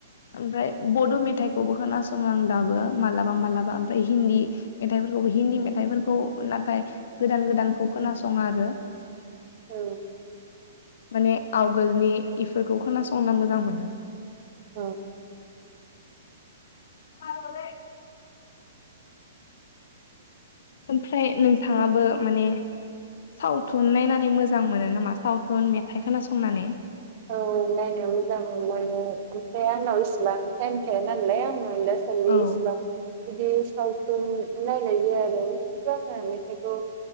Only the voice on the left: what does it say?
ओमफ्राय बड' मेथाइखौबो खोनासं आं दाबो माला मालाबा मालाबा ओमफ्राय हिन्दी मेथाइफोरखौबो हिन्दी मेथाइफोरखौ नाथाय गोदान गोदानखौ खोनासङा आरो।
माने आवगोलनि इफोरखौ खोनासंना मोजां मोनो।
म दाय <inaudible>
ओमफ्राय नोंथाङाबो माने सावथुन नायनानै मोजां मोनो नामा सावथुन मेथाइ खोनासंनानै
औ